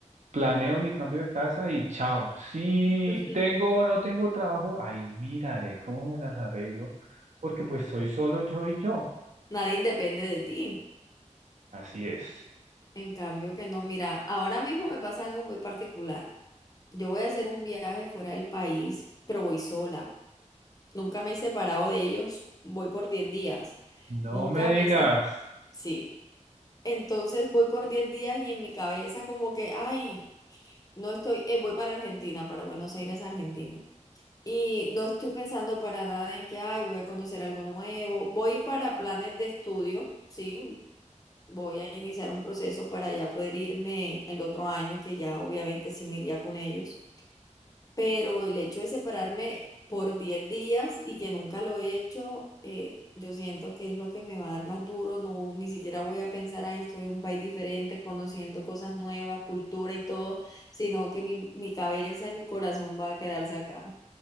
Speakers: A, on the right; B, on the left.
A: planeo mi cambio de casa y chao. Si
B: <laughs>
A: tengo o no tengo trabajo, ahí miraré cómo me las arreglo, porque pues soy solo yo y yo.
B: nadie depende de ti.
A: Así es.
B: En cambio que no, mira, ahora mismo me pasa algo muy particular. Yo voy a hacer un viaje fuera del país, pero voy sola. Nunca me he separado de ellos, voy por 10 días.
A: No
B: Nunca
A: me digas.
B: me he se- Sí. Entonces voy por 10 días y en mi cabeza como que, ay, no estoy, eh, voy para Argentina, para Buenos Aires, Argentina. Y no estoy pensando para nada en que, ay, voy a conocer algo nuevo. Voy para planes de estudio, sí, Voy a iniciar un proceso para ya poder irme el otro año, que ya obviamente sí me iría con ellos. Pero el hecho de separarme por 10 días y que nunca lo he hecho, eh, yo siento que es lo que me va a dar más duro. No, ni siquiera voy a pensar, ahí estoy en un país diferente, conociendo cosas nuevas, cultura y todo, sino que mi, mi cabeza y mi corazón va a quedarse acá.